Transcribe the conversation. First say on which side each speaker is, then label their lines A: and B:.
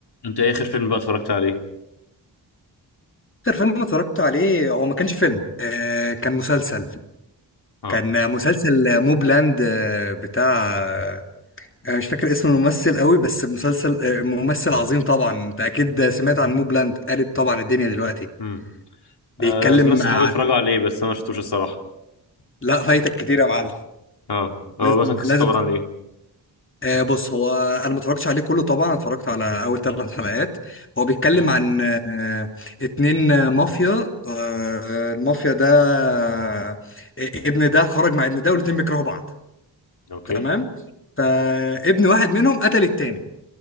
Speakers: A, on the left (about 65°); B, on the left (about 30°).
A: انت ايه اخر فيلم بقى اتفرجت عليه
B: اكتر فيلم اتفرجت عليه هو ما كانش فيلم آه كان مسلسل
A: اه
B: كان مسلسل موبلاند آه بتاع آه انا مش فاكر اسم الممثل قوي بس مسلسل آه ممثل عظيم طبعا انت اكيد سمعت عن موبلاند قالب طبعا الدنيا دلوقتي
A: امم
B: بيتكلم
A: آه ناس صحابي
B: عن
A: اتفرجوا عليه بس انا ما شفتوش الصراحه
B: لا فايتك كتير يا معلم
A: اه هو
B: لازم
A: مثلا قصته
B: لازم
A: عباره عن ايه
B: آه بص هو انا ما اتفرجتش عليه كله طبعا اتفرجت على اول ثلاث حلقات هو بيتكلم
A: اوكي
B: عن آه اتنين آه، مافيا آه المافيا ده آه ابن ده خرج مع ابن ده والاتنين بيكرهوا بعض
A: اوكي
B: تمام فابن واحد منهم قتل التاني